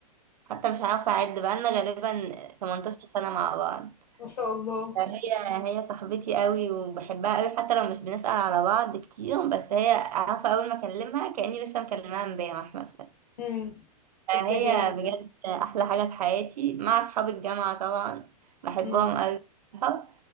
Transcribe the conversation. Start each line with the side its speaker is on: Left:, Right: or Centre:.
Right: حتى مش عارفة أعد بقالنا غالبا 18 سنة مع بعض
Left: ما شاء الله
Right: فهي هي صاحبتي قوي وبحبها قوي حتى لو مش بنسأل على بعض كتير بس هي عارفة أول ما أكلمها كأني لسه مكلماها امبارح مثلا
Left: مم.
Right: فهي
Left: طب ده جامد
Right: بجد
Left: ده
Right: أحلى حاجة في حياتي مع أصحاب الجامعة طبعا بحبهم
Left: مم.
Right: قوي بصراحة